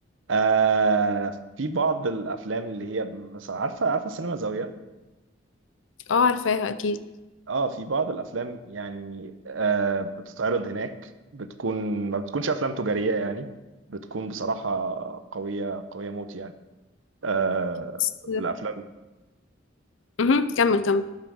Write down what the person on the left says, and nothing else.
اه عارفاها اكيد
بس-
مهم. كمل كمل